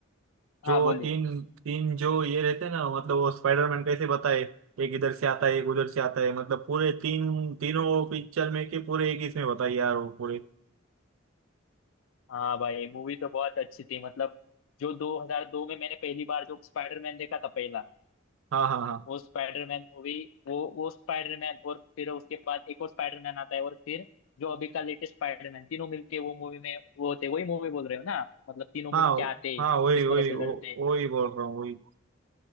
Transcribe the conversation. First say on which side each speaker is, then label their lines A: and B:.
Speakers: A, on the right; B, on the left.
A: जो
B: हाँ बोलिए
A: तीन तीन जो ये रहते हैं ना मतलब वो स्पाइडरमैन कैसे बताए एक इधर से आता है एक उधर से आता है मतलब पूरे तीन तीनों पिक्चर में के पूरे एक इसमें बताई यार वो पूरे
B: हाँ भाई मूवी तो बहुत अच्छी थी मतलब जो 2002 में मैंने पहली बार जो स्पाइडरमैन देखा था पहला
A: हाँ हाँ हाँ
B: वो स्पाइडरमैन मूवी वो वो स्पाइडरमैन और फिर उसके बाद एक और स्पाइडरमैन आता है और फिर जो अभी का लेटेस्ट स्पाइडरमैन तीनों मिलके वो मूवी में वो होते वही मूवी बोल रहे हो ना आप? मतलब तीनों
A: हाँ
B: मिलके आते
A: हाँ वही
B: दुश्मनों
A: वही
B: से
A: वो-
B: लड़ते
A: वही बोल रहा हूँ वही